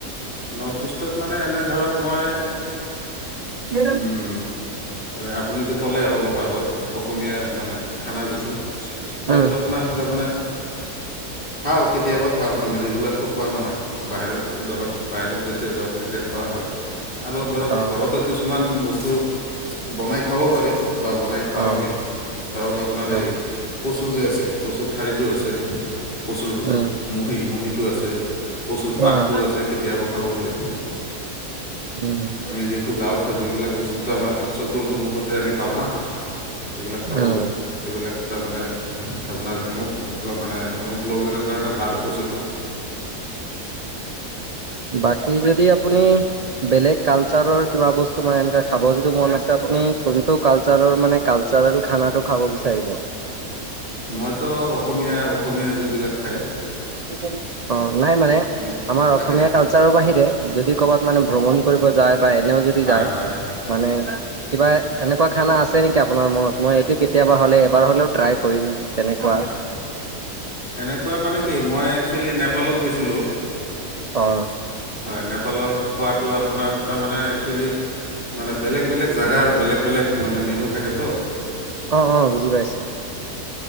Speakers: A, on the left; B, on the right.
A: নৰ্থ ইষ্টত মানে এনে ধৰক মই
B: <unintelligible>
A: উম, আপুনি যে কলে অলপ আগত অসমীয়া মানে খানা যিটো সেইটো
B: উম,
A: আপোনাৰ তাৰমানে খাওঁ কেতিয়াবা খাওঁ মানে ৰেগুলাৰটো খোৱা নহয় বাহিৰত ধৰক বাহিৰত যেতিয়া যাওঁ তেতিয়া খোৱা হয় আৰু ধৰক
B: অ',
A: ঘৰতো কিছুমান বস্তু বনাই খাব পাৰি বা বনাই খাওঁ
B: অ',
A: আমি ধৰক আপোনাৰ
B: অ'।
A: এই কচু যে আছে কচুৰ ঠাৰিটো আছে। কচুৰ
B: অ',
A: মহি মহিটো আছে, কচুৰ পাতটো
B: অ',
A: আছে। সেইবোৰ খাব পাৰি,
B: উম,
A: আমি যিহেতু গাওঁত থাকোঁ সেইবোৰ বস্তুটো আমাৰ স্কুল সন্মুখতে আমি পাও না। এইবিলাক খাব
B: উম,
A: পাৰি, এইবিলাক তাৰমানে আপোনাৰ হেমুখ মানে হিমোগ্ল'বিনৰ কাৰণে ভাল কচুটো
B: বাকী যদি আপুনি বেলেগ কালচাৰৰ কিবা বস্তু মানে এনে খাব যদি মন আছে আপুনি কোনটো কালচাৰৰ মানে কাল চাৰৰ খানাটো খাব বিচাৰিব?
A: মইতো অসমীয়া -অসমীয়া যিবিলাক খাই
B: অ, নাই মানে আমাৰ
A: যিটো থাকে
B: অসমীয়া
A: আৰু
B: কালচাৰৰ
A: কি
B: বাহিৰে যদি ক'বাত মানে ভ্ৰমণ কৰিব যায় বা এনেও যদি
A: হয়
B: যায়
A: হয়
B: মানে কিবা এনেকুৱা খানা আছে নেকি আপোনাৰ মনত মই এইটো কেতিয়াবা হ'লে এবাৰ হলেও ট্ৰাই কৰিম? তেনেকুৱা।
A: হয় এনেকুৱা মানে কি মই একচুৱেলি নেপালত গৈছিলোঁ।
B: অ
A: হয় নেপালৰ খোৱাটো আপোনাৰ তাৰমানে একচুৱেলি মানে বেলেগ বেলেগ জেগাৰ বেলেগ বেলেগ মানে মেনু থাকে তো
B: অ অ বুজি পাইছোঁ